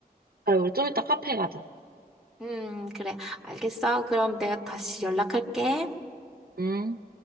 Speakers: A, on the right; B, in the centre.
A: 그래, 우리 좀 이따 카페 가자.
B: 음, 그래. 알겠어. 그럼 내가 다시 연락할게.
A: 음.